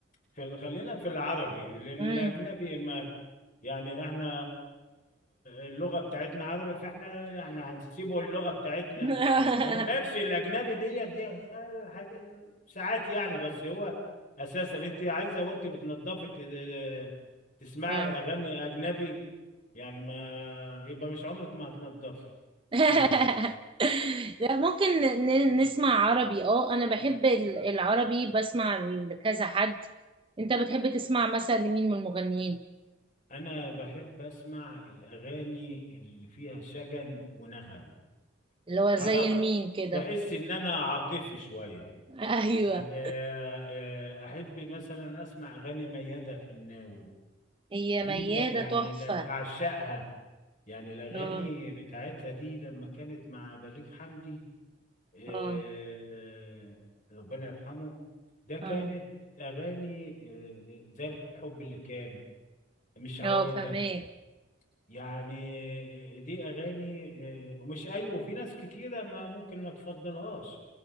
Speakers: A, on the left (about 40°); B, on the right (about 25°).
A: في ال- خلينا في العربي لان الاجنبي
B: امم
A: ما يعني احنا اللغة بتاعتنا عربي فاحنا يعني هنسيبه اللغة بتاعتنا
B: <laughs>
A: ون- ماشي الاجنبي دي دي حاجة ساعات يعني بس هو اساسا انت عايزة وانت بتنضفي ت- اه، تسمعي
B: آه.
A: اغاني اجنبي يعني ما يبقى مش عمرك ما هتنضفي
B: <laughs>
A: <laughs>
B: لا ممكن ن- نسمع عربي اه انا بحب ال- العربي بسمع لكذا حد انت بتحب تسمع مثلا لمين من المغنيين
A: انا بحب اسمع الاغاني اللي فيها شجن ونغم
B: اللي هو
A: ما
B: زي
A: اعرفش
B: مين كده
A: تحس ان انا عاطفي شويه
B: <laughs> ايوه
A: يعني آه، آه، احب مثلا اسمع اغاني ميادة الحناوي
B: هي
A: دي
B: ميادة
A: ب- يعني
B: تحفة
A: ب- بعشقها يعني الاغاني
B: اه
A: بتاعتها دي لما كانت مع بليغ حمدي آه،
B: اه
A: آه، ربنا يرحمه ده كانت
B: اه
A: اغاني آه، آه، زي الحب اللي كان مش عوايدك
B: اه فهماك
A: يعني دي اغاني آه، ومش اي وفي ناس كتيره ما ممكن ما تفضلهاش